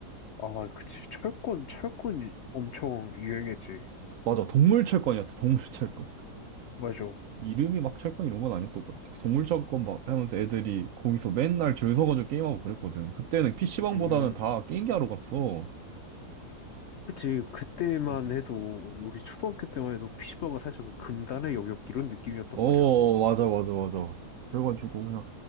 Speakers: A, on the left (about 85°); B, on the right (about 70°).
A: 아, 그치. 철권, 철권 엄청 유행했지.
B: 맞아, 동물 철권이었다, 동물 <laughs> 철권.
A: 맞아.
B: 이름이 막 철권 이런 건 아니었던 것 같아. 동물 철권 막 하면서 애들이 거기서 맨날 줄 서가지고 게임하고 그랬거든. 그때는 PC방보다는
A: 음.
B: 다 게임기 하러 갔어.
A: 그치. 그때만
B: 어,
A: 해도, 우리 초등학교 때만 해도 피시방가 살짝 그 금단의 영역 이런 느낌이었단
B: 어,
A: 말이야.
B: 맞아, 맞아, 맞아. 그래가지고 그냥